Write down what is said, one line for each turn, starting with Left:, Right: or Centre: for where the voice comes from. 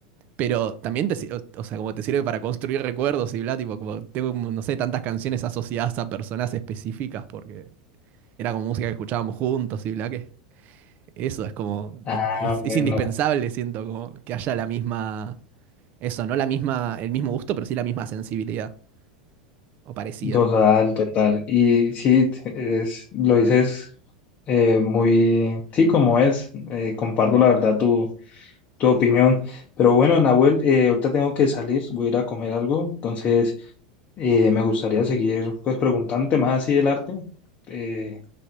Right: Pero también te, sir- o o sea, como te sirve para construir recuerdos y bla, tipo, como tengo, no sé, tantas canciones asociadas a personas específicas porque era como música que escuchábamos juntos y bla, que eso es como,
Left: Ah,
Right: es, es-
Left: bueno.
Right: es indispensable, siento, como que haya la misma, eso, no la misma, el mismo gusto, pero sí la misma sensibilidad o parecida.
Left: Total, total. Y sí, t- es, lo dices eh, muy, sí, como es. eh, comparto la verdad tu, tu opinión. Pero bueno, Nahuel, eh, ahorita tengo que salir, voy a ir a comer algo. Entonces, eh, me gustaría seguir pues preguntándote más así del arte eh,